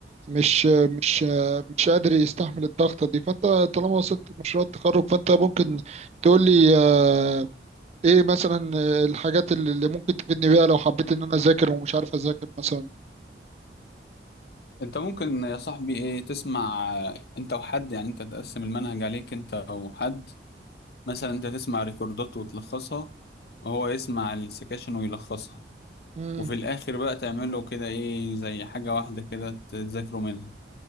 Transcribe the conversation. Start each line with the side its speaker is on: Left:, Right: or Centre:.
Right: مش آه، مش آه، مش قادر يستحمل الضغطة دي فانت طالما وصلت لمشروع التخرج فانت ممكن تقول لي آه، ايه مثلا آه، الحاجات اللي اللي ممكن تفيدني بيها لو حبيت ان انا اذاكر ومش عارف اذاكر مثلا
Left: انت ممكن يا صاحبي ايه تسمع انت وحد يعني انت تقسم المنهج عليك انت او حد مثلا انت تسمع ريكوردات وتلخصها وهو يسمع السكاشن ويلخصها
Right: امم
Left: وفي الاخر بقى تعمله كده ايه زي حاجة واحدة كده تذاكروا منها